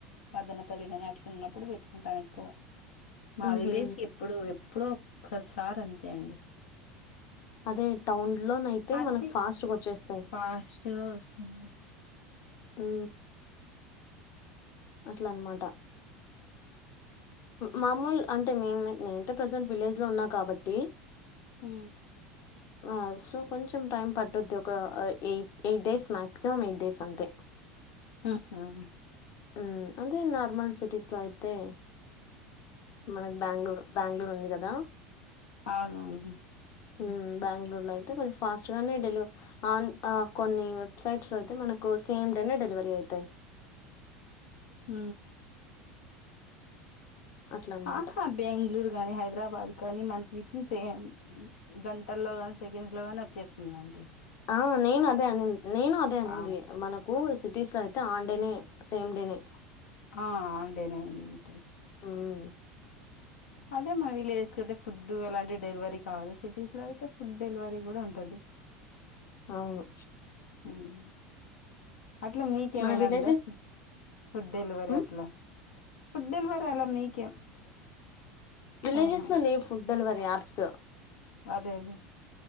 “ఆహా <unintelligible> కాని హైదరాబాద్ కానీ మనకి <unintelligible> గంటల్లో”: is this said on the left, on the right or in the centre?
Left